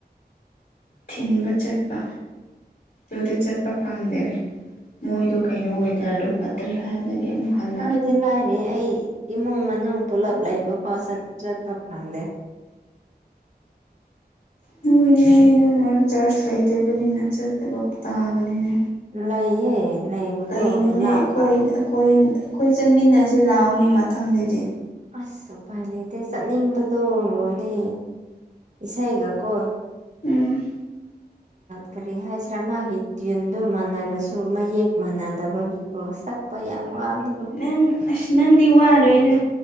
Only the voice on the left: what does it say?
ꯊꯤꯟꯕ ꯆꯠꯄ ꯑꯗꯨꯗ ꯆꯠꯄ ꯐꯪꯗꯔꯦ ꯃꯣꯏꯗꯨ ꯀꯩꯅꯣ ꯋꯦꯗꯔꯗꯨ ꯐꯠ ꯇꯔ꯭ꯦ ꯍꯥꯏꯕꯗꯤ ꯑꯃ ꯍꯥꯏ
ꯅꯣꯏꯅꯤ ꯅꯣꯡ ꯃꯔꯛ ꯆꯔꯁ ꯂꯩꯇꯕꯅꯤꯅ ꯆꯠꯇꯕ ꯇꯥꯕꯅꯤꯅꯦ
ꯀꯩꯅꯣꯅꯦ
ꯑꯩꯈꯣꯏ ꯑꯩꯈꯣꯏ ꯑꯩꯈꯣꯏ ꯆꯟꯃꯤꯟꯅꯁꯤ ꯂꯥꯛꯑꯣꯅꯦ ꯃꯊꯪꯗꯗꯤ
ꯎꯝ
ꯅꯪ ꯑꯁ ꯅꯪꯗꯤ ꯋꯥꯔꯣꯏꯗ